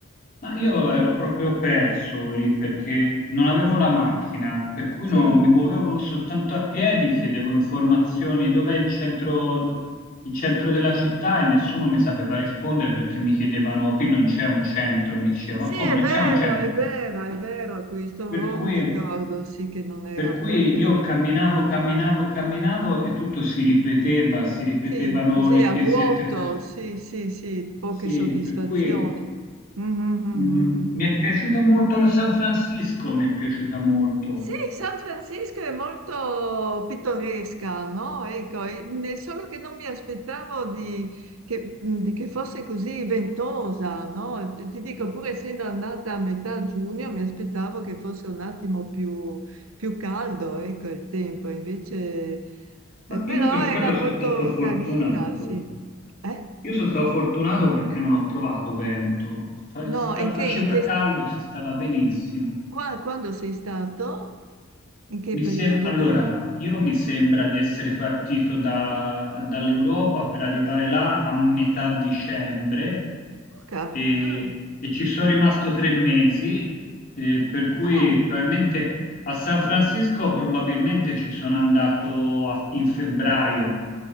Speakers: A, on the left (about 45°); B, on the right (about 85°).
A: Ma io
B: Eh,
A: ero
B: ah,
A: proprio perso lì perché non avevo la macchina, per cui
B: sì.
A: no- mi muovevo soltanto a piedi, chiedevo informazioni dov'è il centro, d- il centro della città e nessuno mi sapeva rispondere perché mi chiedevano qui non c'è un centro, mi diceva
B: Sì,
A: ma come
B: è
A: non
B: vero,
A: c'è un centro?
B: è vero, è vero questo, ho
A: Per cui,
B: un ricordo, sì, che non era
A: per cui
B: proprio...
A: io camminavo, camminavo, camminavo e tutto si ripeteva, si ripetevano
B: Sì, così
A: le
B: a
A: chiesette,
B: vuoto,
A: per-
B: sì, sì, sì, poche
A: sì,
B: soddisfazioni.
A: per cui...
B: Mhm, mhm,
A: Mm,
B: mhm.
A: mi è piaciuta molto San Francisco, mi è piaciuta molto,
B: Sì, San Francisco è molto pittoresca, no? Ecco, e- ne- solo che non mi aspettavo di, che, di che fosse così ventosa, no? Ti ti dico, pur essendo andata a metà giugno, mi aspettavo che fosse un attimo più, più caldo, ecco, il tempo, invece, eh,
A: ma
B: però
A: io per quello
B: era
A: sono
B: molto
A: stato fortunato.
B: carina, sì. Eh?
A: Io sono stato fortunato perché non ho trovato vento, Fa-
B: No,
A: sta-
B: in
A: faceva
B: che, in che
A: caldo,
B: st-
A: si stava benissimo.
B: qua- quando sei stato? In che
A: Mi
B: periodo
A: sem- allora,
B: della
A: io mi sembra di essere partito da- dall'Europa per arrivare là a metà dicembre
B: Luca?
A: e,
B: Mm.
A: e ci sono rimasto tre mesi, eh, per cui
B: Ah,
A: probabilmente a San Francisco probabilmente ci sono andato a- in febbraio.